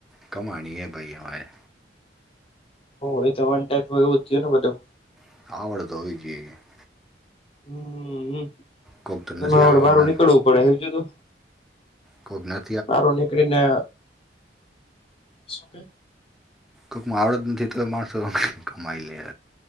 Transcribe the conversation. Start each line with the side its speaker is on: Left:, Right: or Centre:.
Centre: કમાણીએ ભાઈ
Left: બધુ
Centre: <unintelligible>
Left: હમ
Centre: કોક તો નથી
Left: એમાં આપડે
Centre: આવડ
Left: બહાર નીકળવું પડે
Centre: કોકના
Left: બાર નીકળીને શું કે
Centre: કોઈકમાં આવડત નથી, તો માણસો કમાઈ લે